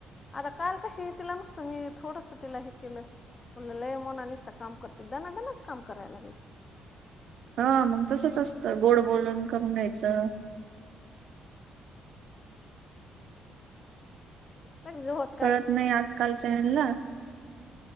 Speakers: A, on the left (about 35°); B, on the right (about 70°).
A: आता काल कशी? तिला नुसत मी, थोडंस तिला ही केलं. म्हणलं, लय मोनालीसा काम करती. दनादनाच काम करायला लागली.
B: ह, मग तसच असतं. गोड बोलून करून घ्यायचं.
A: <unintelligible>
B: कळत नाही, आजकालच्या हॅनला.